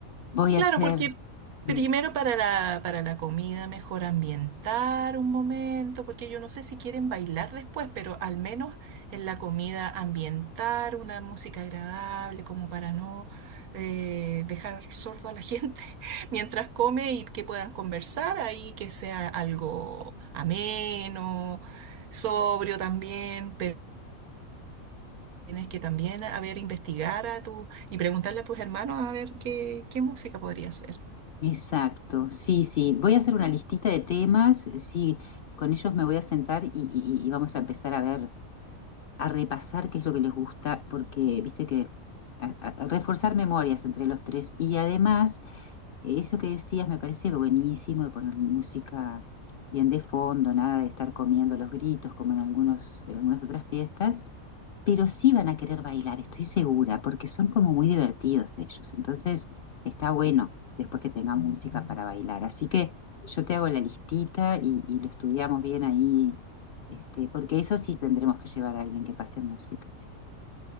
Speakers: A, on the left; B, on the right.
A: Voy
B: Claro,
A: a hacer,
B: porque
A: mm,
B: primero para la, para la comida mejor ambientar un momento, porque yo no sé si quieren bailar después, pero al menos en la comida ambientar una música agradable como para no eh, dejar sordo a la gente <laughs> mientras come y que puedan conversar ahí, que sea algo ameno, sobrio también, pero tienes que también, a ver, investigar a tu, y preguntarle a tus hermanos a ver qué, qué música podría ser.
A: exacto, sí, sí, voy a hacer una listita de temas, sí, con ellos me voy a sentar y, y- y vamos a empezar a ver, a repasar qué es lo que les gusta, porque viste que a- a- a reforzar memorias entre los tres y además eh, eso que decías me parece buenísimo de poner música bien de fondo, nada de estar comiendo los gritos como en algunos, en algunas otras fiestas pero sí van a querer bailar, estoy segura, porque son como muy divertidos ellos. Entonces, está bueno después que tengan música para bailar. Así que yo te hago la listita y, y lo estudiamos bien ahí, este, porque eso sí tendremos que llevar a alguien que pase música, sí.